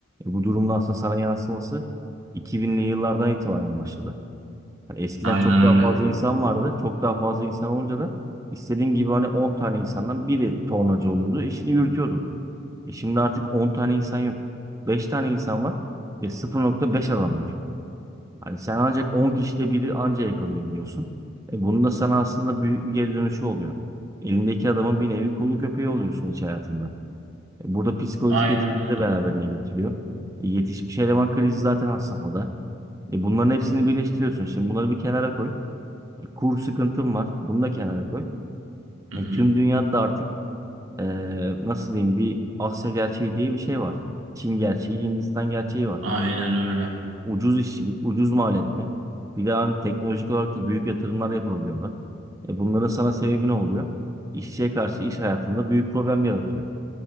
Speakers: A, on the right; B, on the right.
A: E, bu durumda aslında sana yansıması 2000'li yıllardan itibaren başladı. Yani eskiden
B: Aynen
A: çok daha
B: öyle.
A: fazla insan vardı. Çok daha fazla insan olunca da istediğin gibi hani 10 tane insandan biri tornacı oluyordu. İşini yürütüyordu. E şimdi artık 10 tane insan yok. beş tane insan var ve 0.5 adam var. Hani sen ancak 10 kişide biri anca yakalayabiliyorsun. E bunun da sana aslında büyük bir geri dönüşü oluyor. Elindeki adamın bir nevi kolu köpeği oluyorsun iş hayatında. E burada psikolojik
B: Aynen
A: etkileri
B: öyle.
A: de beraberine getiriyor. E yetişmiş eleman krizi zaten has safhada. E bunların hepsini birleştiriyorsun. Şimdi bunları bir kenara koy. E kur sıkıntın var. Bunu da kenara koy.
B: Hı
A: E
B: hı.
A: tüm dünyada da artık e, nasıl diyeyim bir Asya gerçeği diye bir şey var. Çin gerçeği, Hindistan gerçeği var.
B: Aynen öyle.
A: Ucuz işçilik, ucuz mal etme. Bir de hani teknolojik olarak da büyük yatırımlar yapabiliyorlar. E bunların sana sebebi ne oluyor? İşçiye karşı iş hayatında büyük problem yaratıyor.